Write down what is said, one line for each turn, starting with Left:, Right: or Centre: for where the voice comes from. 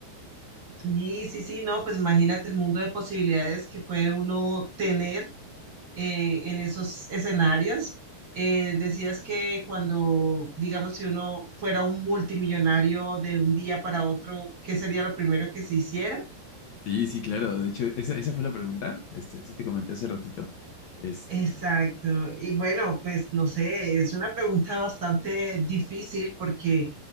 Right: Sí, sí, sí, no, pues imagínate el mundo de posibilidades que puede uno tener eh, en esos escenarios. Eh, decías que cuando, digamos, si uno fuera un multimillonario de un día para otro, ¿qué sería lo primero que se hiciera?
Left: Sí, sí, claro. De hecho, esa, esa fue la pregunta. Este, sí te comenté hace ratito. Este,
Right: Exacto. Y bueno, pues no sé, es una pregunta bastante difícil porque